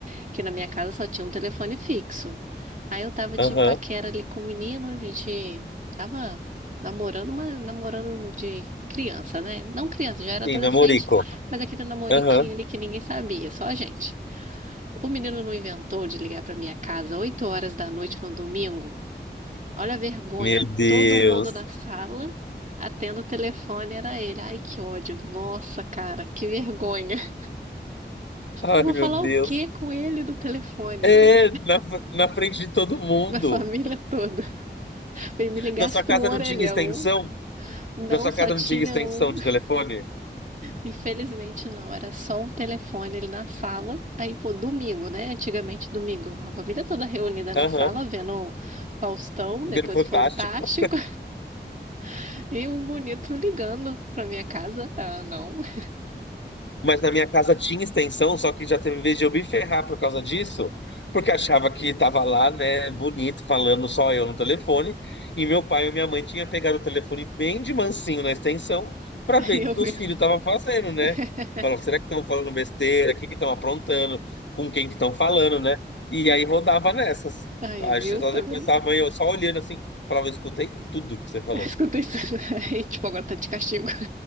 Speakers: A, on the right; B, on the left.
A: Porque na minha casa só tinha um telefone fixo. Aí eu tava
B: aham.
A: de paquera ali com o menino, a gente tava namorando, mas namorando de criança, né? Não criança, já era adolescente,
B: Sim, namorico.
A: mas aquele namoriquinho
B: Aham.
A: ali que ninguém sabia, só a gente. O menino não inventou de ligar pra minha casa 8 horas da noite no domingo. Olha a vergonha,
B: Meu Deus.
A: todo mundo na sala, atendo o telefone, era ele. Ai, que ódio. Nossa, cara, que vergonha. <laughs>
B: Ai,
A: Eu Vou
B: meu
A: falar
B: Deus.
A: o quê com ele no telefone?
B: É, na, f- na frente de todo mundo.
A: <laughs> Na família toda. E me ligasse
B: Na sua
A: para
B: casa
A: um orelhão.
B: não tinha extensão?
A: Não,
B: Na sua
A: só
B: casa
A: tinha
B: não tinha extensão
A: um.
B: de
A: <laughs>
B: telefone?
A: Infelizmente não, era só um telefone ali na sala. Aí, pô, domingo, né? Antigamente domingo. A família toda reunida na
B: Aham.
A: sala, vendo o Faustão,
B: Ver-
A: depois
B: Fantástico.
A: o Fantástico, <laughs> e o bonito ligando pra minha casa. Ah, não. <laughs>
B: Mas na minha casa tinha extensão, só que já teve vez de eu me ferrar por causa disso, porque achava que tava lá, né, bonito, falando só eu no telefone, e meu pai e minha mãe tinha pegado o telefone bem de mansinho na extensão para
A: Aí
B: ver o
A: eu
B: que que
A: vi.
B: os filhos estavam fazendo, né?
A: <laughs>
B: Falam, será que estão falando besteira? O que que estão aprontando? Com quem que estão falando, né? E aí rodava nessas.
A: Aí,
B: Acho
A: viu?
B: que só
A: Tá
B: depois
A: vendo?
B: a mãe
A: <laughs>
B: eu só olhando assim, falava, eu escutei tudo que você falou.
A: Eu escutei isso. <laughs> Aí, tipo, agora tá de castigo.